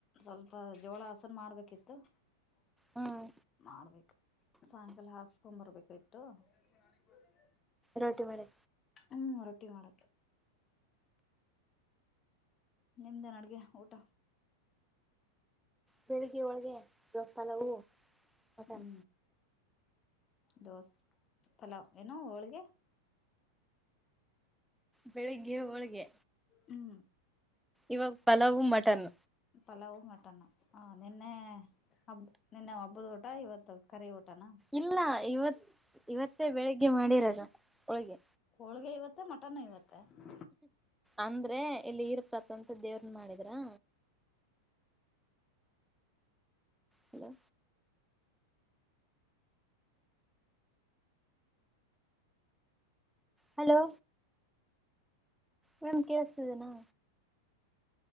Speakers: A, on the left; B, in the centre.
A: ಸ್ವಲ್ಪ ಜೋಳ ಹಸನ ಮಾಡ್ಬೇಕಿತ್ತು. <unintelligible>
B: ಹ್ಮ್
A: ಮಾಡ್ಬೇಕು ಸಾಯಂಕಾಲ ಹಾಕ್ಕೊಂಡು ಬರಬೇಕಾ ಇಟ್ಟು. ನಾನ. <unintelligible>
B: ರೋಟಿ ಮಾಡಿ.
A: ಹೂ ರೊಟ್ಟಿ ಮಾಡೋಕ್ಕೆ. ನಿಮ್ದೆನ ಅಡಗಿ ಊಟ.
B: ಬೆಳಿಗ್ಗೆ ಹೋಳಿಗೆ ಇವಾಗ ಪಲಾವು. ಮಟನ್
A: ಹು ದೋಸೆ ಪಲಾವ್ ಏನೋ ಹೋಳಿಗೆ.
B: ಬೆಳಿಗ್ಗೆ ಹೋಳಗೆ.
A: ಹು
B: ಇವಾಗ ಪಲಾವು ಮಟನ್.
A: ಪಲಾವು ಮಟನ್ನ ಹಾ ನಿನ್ನೆ. ಹಬ್ಬ ನಿನ್ನೆ ಹಬ್ಬದ ಊಟ ಇವತ್ತು ಕರಿ ಊಟನಾ.
B: ಇಲ್ಲಾ ಇವತ್ ಇವತ್ತೇ ಬೆಳಿಗ್ಗೆ ಮಾಡಿರದು ಹೋಳಗೆ.
A: ಹೋಳ್ಗೆ ಇವತ್ತ ಮಟನ್ ಇವತ್ತ.
B: ಅಂದ್ರೆ ಇಲ್ಲಿ ಇರ್ತಕ್ಕಂತ ದೇವರಿಗ ಮಾಡಿದ್ರಾ. ಹಲೋ ಹಲೋ ಮೇಮ್ ಕೇಳಸ್ಟಿದೇನಾ.